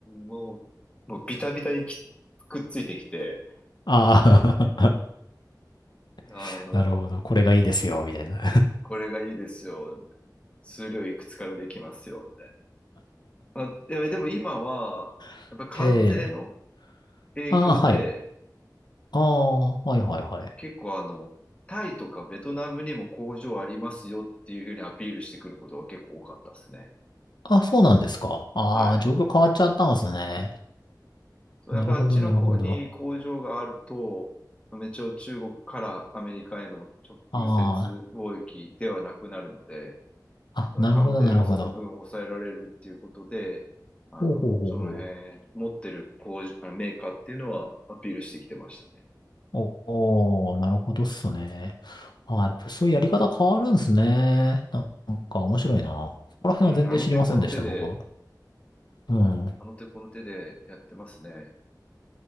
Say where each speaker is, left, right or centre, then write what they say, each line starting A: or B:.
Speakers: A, on the left; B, on the left.
A: もう、もうビタビタにきくっついてきて、
B: ああ
A: あの、
B: <laughs> なるほど。これがいいですよ、みたいな
A: これがいいですよ。数量いくつからできますよ、みたいな。まあ、いやでも今は、
B: <laughs>
A: やっぱり関税の
B: ええ。
A: 影響で、
B: ああ、はい。ああ、はいはいはい。
A: 結構あの、タイとかベトナムにも工場ありますよっていうふうにアピールしてくることが結構多かったですね。
B: あ、そうなんですか。ああ、
A: はい。
B: 状況変わっちゃったんですね。
A: そう、
B: なるほど、
A: やっぱあっちの方に工場があると、
B: なるほど。あ
A: 一応中国からアメリカへの直接貿易ではなくなるので、
B: あ、あ、
A: その関税がその分抑えられるっていうことで、
B: なるほど、なるほど。
A: あの、
B: ほうほうほうほう。
A: その辺持ってる工場、あのメーカーっていうのはアピールしてきてましたね。
B: おおー、なるほどっすね。ああ、やっぱそういうやり方変わるんすね。なんか面白いな。そこら辺は全然知りませんでした、
A: うん、あの手この手で、
B: 僕。うん。
A: あの手この手でやってますね。